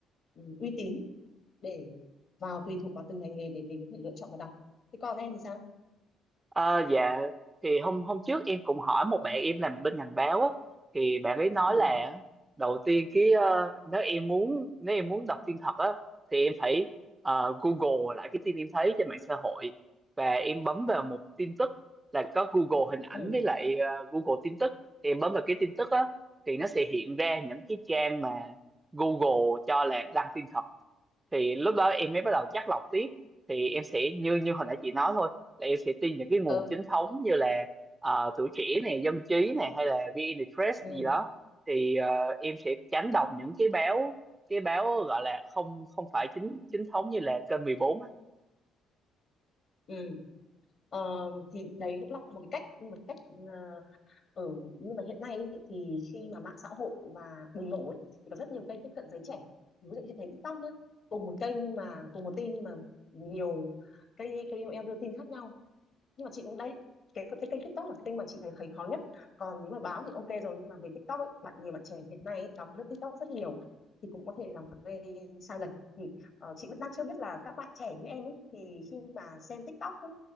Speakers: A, on the left (about 55°); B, on the right (about 25°).
A: ừ, uy tín để vào tùy thuộc vào từng ngành nghề để mình có thể lựa chọn và đọc. Thế còn em thì sao?
B: Ờ, dạ thì hôm hôm trước em cũng hỏi một bạn em làm bên ngành báo á thì bạn ấy nói
A: Ừ
B: là đầu tiên cái ờ, nếu em muốn nếu em muốn đọc tin thật á thì em phải ờ, Google lại cái tin em thấy trên mạng xã hội và em bấm vào một tin tức là có Google hình ảnh
A: ừ
B: với lại ờ, Google tin tức thì em bấm vào cái tin tức á thì nó sẽ hiện ra những cái trang mà Google cho là đăng tin thật thì lúc đó em mới bắt đầu chắt lọc tiếp thì em sẽ như như hồi nãy chị nói thôi là em sẽ tin những cái nguồn
A: ừ
B: chính thống như là ờ, tuổi trẻ này dân trí này hay là VnExpress
A: ừ.
B: gì đó thì ờ, em sẽ tránh đọc những cái báo cái báo gọi là không không phải chính chính thống như là kênh 14
A: ừ. Ờ, thì đấy cũng là một cái cách một cách ờ, Ừ, nhưng mà hiện nay ý, thì khi mà mạng xã hội và bùng nổ ấy, thì có rất nhiều kênh tiếp cận giới trẻ ví dụ như thấy TikTok nhá cùng một kênh nhưng mà cùng một tin nhưng mà nhiều cái KOL đưa tin khác nhau nhưng mà chị cũng đấy cái cái kênh TikTok là kênh mà chị thấy khó nhất còn nếu mà báo thì ok rồi nhưng mà về TikTok ấy, bạn nhiều bạn trẻ hiện nay ấy, đọc lướt TikTok rất nhiều thì cũng có thể làm gây sai lệch thì ờ, chị vẫn đang chưa biết là các bạn trẻ như em ấy thì khi mà xem TikTok ấy,